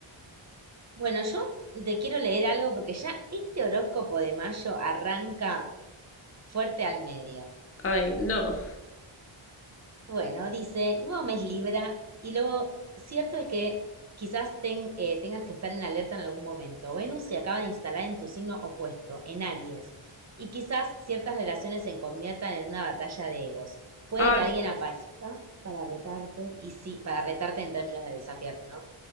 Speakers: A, on the right (about 35°); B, on the left (about 30°).
A: Bueno, yo te quiero leer algo porque ya este horóscopo de mayo arranca fuerte al medio.
B: Ay, no.
A: Bueno, dice, nuevo mes Libra, y lo cierto es que quizás ten- eh, tengas que estar en alerta en algún momento. Venus se acaba de instalar en tu signo opuesto, en Aries, y quizás ciertas relaciones se conviertan en una batalla de egos. Puede
B: Ay,
A: que alguien aparezca para retarte, y sí, para retarte en términos de desafiarte, ¿no?